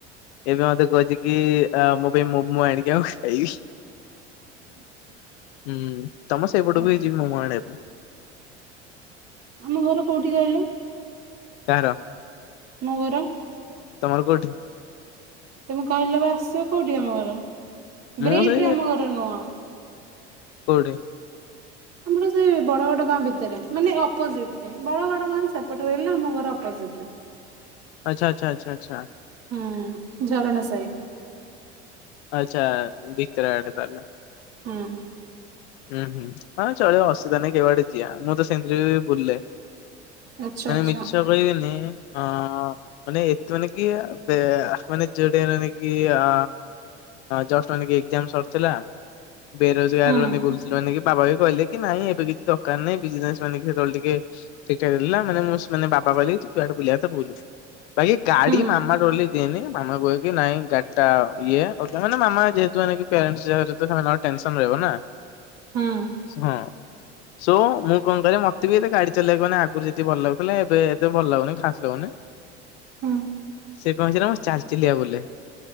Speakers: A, on the left; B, on the right.
A: ଏବେ ମତେ କହିଛି କି ମୋ ପାଇଁ ମୋମୋ ଆଣି ଉ ଖାଇଇ ବି ହୁଁ ତମ ସେଇପଟକୁ
B: ଆ
A: ଯିବ ମୋ ମୋ ଆଣିବାକୁ,
B: ଆମ ଘର କୋଉଠି କହିଲେ?
A: କହାର?
B: ମୋର
A: ତମର କୋଉଠି?
B: ତମେ କହିଲ ବା ଆସିବ କୋଉଠି ଆମ ଘର?
A: ମୁଁ
B: ବ୍ରିଦରେ
A: ସେ
B: ଆମ ଘର ନୁହଁ,
A: କୋଉଠି?
B: ଆମର ସେଇ ବଡ ବଡ ଗାଁ ଭିତରେ ମାନେ ଅପୋଜିଟ ରେ ବଡ ଗଡ ଗାଁ ସେପଟ ରହିଲା ଆମ ଘର ଅପୋଜିଟରେ,
A: ଆଛା ଆଛା ଆଛା ଆଛା।
B: ହୁଁ ଝରଣା ସାଇଡ୍,
A: ଆଚ୍ଛା ଭିତରେ ଆଡେ ତାହାଲେ,
B: ହୁଁ।
A: ହୁଁ ହୁଁ ହଁ ଚଳିବ ଅସୁବିଧା ନାଇଁ କେଉଆଡେ ମୁଁ ତ ସେମତିରେ ବୁଲେ,
B: ଆଚ୍ଛା
A: ମାନେ
B: ଆଚ୍ଛା
A: ମିଛ କହିବେନି ଅ ମାନେ ଏତ ମାନେ କି ମାନେ ଯୋଉଟା ମାନେକି ଅ ଜଷ୍ଟ ଏଣିକି ଏଜ୍ଜାମ ସରିଥିଲା ବେରୋଜଗାର
B: ହୁଁ।
A: ହେଇକି ବୁଲ୍ ଏଣିକି ବାବା ବି କହିଲେ କି ନାଇଁ ଏବେ କିଛି ଦରକାର ନାହିଁ ବିଜନେସ ମାନେ ସେତେବେଳେ ଟିକେ ଠିକ ଠାକ୍ ହେଲା ମାନେ ମୁଁ ମାନେ ବାବା କହିଲି ତୁ ଯୁଆଡେ ବୁଲିବା କଥା ବୁଲ ବାକି ଗାଡି
B: ହୁଁ
A: ମାମା ଡରିଲେ ଦିଏନି ମାମା କୁହେ କି ନାଇଁ ଗାଡି ଟା ଇଏ ମାନେ ମାମା ଯେହେତୁ ମାନେ କି ପ୍ୟାରେଣ୍ଟସ ଯେହେତୁ ସେମାନଙ୍କର ଟେନ୍ସନ ରହିବ ନା
B: ହୁଁ
A: ହଁ। ସୋ ମୁଁ କଣ କରେ ମତେ ବି ଏତେ ଗାଡି ଚଲେଇବାକୁ ମାନେ ଆଗରୁ ଯେତିକି ଭଲ ଲାଗୁଥିଲା ଏବେ ହେତେ ଭଲ ଲାଗୁନି ଖାସ୍ ଲାଗୁନି
B: ହୁଁ
A: ସେ କଣ ହେଇଚି ନା ମୁଁ ଚାଲି ଚାଲିକା ବୁଲେ